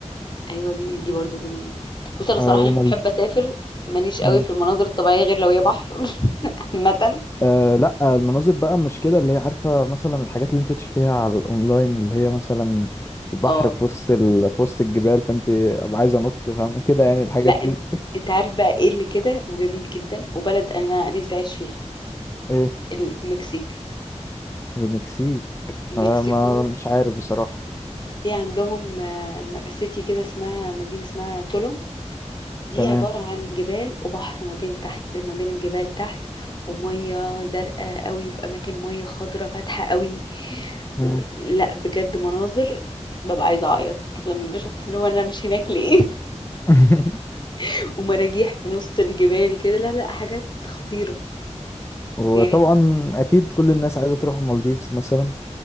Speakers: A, on the left; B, on the left.
A: ايوه دي دي برضو جميله بص انا الصراحه
B: أه ومال...
A: لما بحب اسافر ماليش قوي
B: مم.
A: في المناظر الطبيعيه غير لو هي بحر <laughs> عامه
B: أه لا آه، المناظر بقى مش كده اللي هي عارفه مثلا الحاجات اللي انت تشوفيها على الاونلاين اللي هي مثلا البحر
A: اه
B: في وسط ال... في وسط الجبال فانت ابقى عايزه انط فاهمه كده يعني الحاجات
A: لا انت
B: دي
A: انت عارف بقى ايه اللي كده وجميل جدا وبلد انا نفسي اعيش فيها
B: ايه
A: المكسيك
B: المكسيك
A: مكسيكو
B: أه ما مش عارف بصراحه
A: في عندهم آه، م- سيتي كده اسمها مدينه اسمها تولوم دي
B: تمام
A: عبارة عن جبال وبحر ما بين تحت ما بين الجبال تحت ومية زرقاء قوي في أماكن مية خضرة فاتحة قوي
B: مم.
A: و... لا بجد مناظر ببقى عايزة أعيط لما بشوف اللي هو أنا مش هناك ليه
B: <laughs>
A: <laughs> ومراجيح في نص الجبال كده لا لا حاجات خطيرة
B: وطبعا
A: يعني
B: اكيد كل الناس عايزه تروح المالديفز مثلا